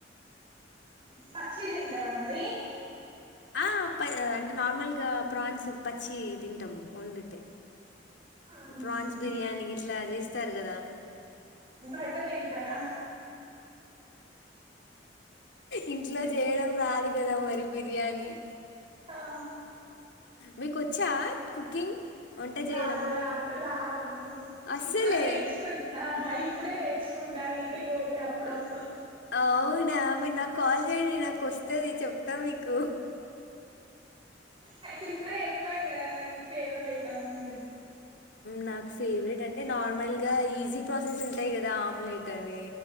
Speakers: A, on the right; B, on the left.
A: పచ్చియి తింటారా మరీ
B: ఆ ప అంటే నార్మల్గా ప్రాన్స్ పచ్చియి తింటాము వండితే
A: ఆహా
B: ప్రాన్స్ బిర్యానీ గిట్లా చేస్తారు గదా
A: అట్లా తింటార
B: ఇంట్లో చేయడం రాదు గదా మరి బిర్యానీ
A: ఆ
B: మీకొచ్చా కుకింగ్ వంట చేయడం
A: రాదు రాదు రాదు
B: అస్సలే
A: ఇప్పుడే నేర్చుకుంటా ఇప్పుడే నేర్చుకుంటా ఇంటికి పోతే అప్పుడప్పుడు
B: అవునా మీరు నాకు కాల్ చేయండి నాకు వస్తది చెప్తా మీకు
A: అయితే ఇప్పుడే చెప్పండి ఎదన్న మీ ఫేవరెట్ ఉంటే
B: నాకు ఫేవరెట్ అంటే నార్మల్గా ఈజీ ప్రాసెస్ ఉంటాయి కదా ఆమ్లెట్ అని